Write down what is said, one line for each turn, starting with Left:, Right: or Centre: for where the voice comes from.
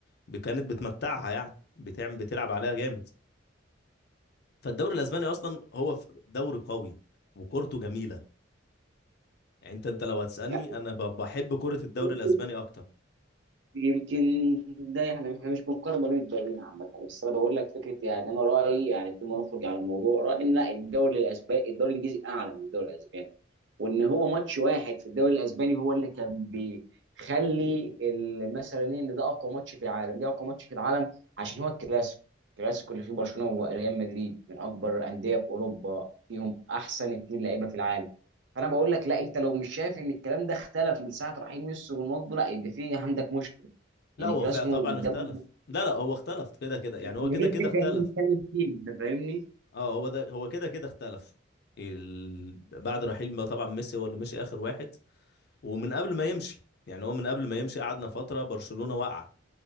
Left: ب- كانت بتمتعها يعني بتعمل بتلعب عليها جامد فالدوري الاسباني اصلا هو ف- دوري قوي وكورته جميلة يعني انت انت لو هتسألني
Right: يعني
Left: انا ب- بحب كرة الدوري
Right: يمكن
Left: الاسباني اكتر
Right: يمكن ده احنا احنا مش بنقارن ما بين الدوريين عامة بس انا بقول لك فكرة يعني انا رأيي يعني بدون ما نخرج على الموضوع رأيي ان لا الدوري الاسباني الدوري الانجليزي اعلى من الدوري الاسباني وان هو ماتش واحد في الدوري الاسباني هو اللي كان بيخلي ال- مثلا ايه ان ده اقوى ماتش في العالم ده اقوى ماتش في العالم عشان هو الكلاسيكو الكلاسيكو اللي فيه برشلونه وريال مدريد من اكبر انديه في اوروبا فيهم احسن اتنين لعيبه في العالم فانا بقول لك لا انت لو مش شايف ان الكلام ده اختلف من ساعه رحيل ميسي ورونالدو لا يبقى في عندك مشكله
Left: لا
Right: ان
Left: هو
Right: الكلاسيكو
Left: فع- طبعا
Right: والدوري
Left: اختلف لا لا هو اختلف كده كده يعني هو
Right: هي
Left: كده
Right: دي الفكره
Left: كده اختلف
Right: اللي أنا بتكلم فيها انت فاهمني
Left: اه هو ده هو كده كده اختلف ال... بعد رحيل ما طبعا ميسي هو اللي مشي اخر واحد ومن قبل ما يمشي يعني هو من قبل ما يمشي قعدنا فتره برشلونه واقعه